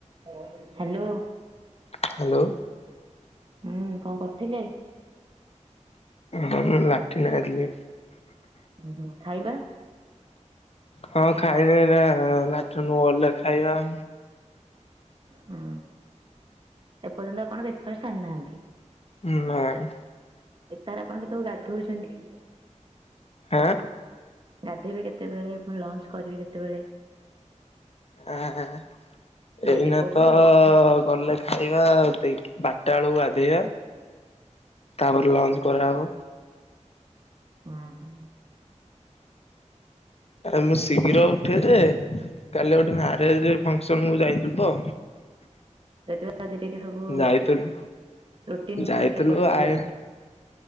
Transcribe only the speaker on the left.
hello.
ହ ଲାଟି ନି ଯାଇଥିଲି।
ହଁ ଖାଇନି ଲାଟିନରୁ ଗଲେ ଖାଇବା।
ହୁଁ ନାଇ।
ହଁଆ।
ଆ - ହା।
ଏଇନା
ତଅ-
ଅ -
ଅ ଗଲେ ଖାଇବା ଦେଇକି ବାରଟା ବେଳକୁ ଗାଧେଇବ ତାପରେ ଲଞ୍ଚ କରା ହବ।
ଆ ମୁଁ ଶୀଘ୍ର ଉଠେ ଯେ କାଲି ଗୋଟେ ମ୍ୟାରେଜ-ଅ ଫଂକ୍ସନ ମୁ ଯାଇଥିଲି ତ
ଯାଇଥିଲୁ
ଯାଇଥିଲୁ
ଆଇ